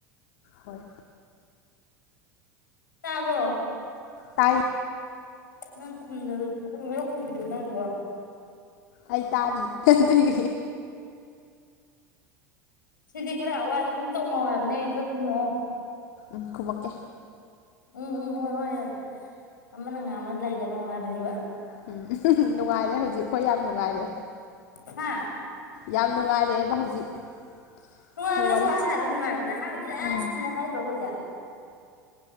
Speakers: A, on the left (about 65°); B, on the left (about 80°).
A: ꯍꯣꯏ
B: ꯇꯥꯕ꯭ꯔꯣ
A: ꯇꯥꯏ
B: ꯅꯪ ꯈꯨꯝꯗ ꯈꯨꯝꯃꯤꯔꯣ ꯈꯨꯝꯗ꯭ꯔꯤꯔꯣ ꯅꯪꯗꯨꯕꯣ
A: ꯑꯩ ꯇꯥꯅꯤ <inaudible> ꯑꯗꯨꯏ
B: ꯁꯤꯗꯤ ꯈꯔ ꯑꯋꯥꯏ ꯑꯀꯨꯝ ꯇꯧꯅꯧ ꯍꯥꯏꯕꯅꯦ ꯈꯔ ꯈꯨꯝꯃꯛꯑꯣ
A: ꯎꯝ ꯈꯨꯝꯃꯛꯀꯦ
B: ꯎꯝ ꯎꯝ ꯍꯣꯏ ꯍꯣꯏ ꯑꯗꯨ ꯑꯃꯅ ꯉꯥꯡꯕ ꯂꯩ ꯅꯣ ꯍꯥꯏꯕꯅꯦꯕ
A: ꯎꯝ ꯅꯨꯡꯉꯥꯏꯔꯦ ꯍꯧꯖꯤꯛ ꯑꯩꯈꯣꯏ ꯌꯥꯝ ꯅꯨꯡꯉꯥꯏꯔꯦ
B: ꯍꯥꯥ
A: ꯌꯥꯝ ꯅꯨꯡꯉꯥꯏꯔꯛꯑꯦꯕ ꯍꯧꯖꯤꯛ
B: ꯅꯨꯡꯉꯥꯏꯕꯅꯦ
A: ꯑꯩꯈꯣꯏ ꯋꯥꯔꯤ
B: ꯁꯥꯔꯥ ꯁꯥꯔꯥ ꯅꯨꯡꯉꯥꯏꯕꯅꯦ ꯑꯍꯟꯕꯗꯗꯤ ꯑꯁ
A: ꯎꯝ
B: ꯅ ꯍꯥꯏꯗ꯭ꯔꯣ ꯑꯩꯈꯣꯏꯖꯦ